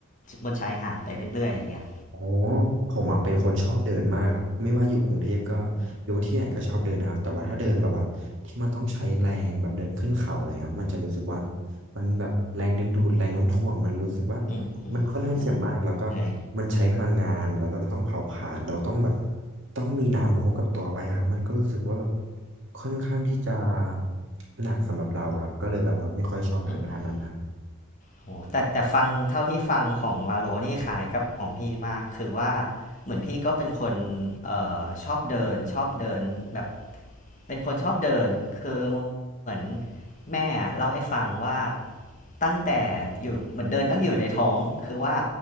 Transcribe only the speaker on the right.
อ๋อผมอ่ะเป็นคนชอบเดินมากครับไม่ว่าอยู่กรุงเทพก็หรือว่าที่ไหนก็ชอบเดินนะครับแต่ว่าถ้าเดินแบบว่าที่มันต้องใช้แรงแบบเดินขึ้นเขาอะไรครับมันจะรู้สึกว่า
มันแบบแรงดึงดูดแรงโน้มถ่วงมันรู้สึกว่า
มันค่อนข้างที่จะมากแล้วก็
มันใช้พลังงานแล้วเราก็ต้องเผาผลาญเราต้องแบบต้องมีน้ำพกกับตัวไว้ครับมันก็รู้สึกว่าแบบค่อนข้างที่จะหนักสำหรับเราอะครับก็เลยแบบว่าไม่ค่อยชอบทางด้านนั้นนะ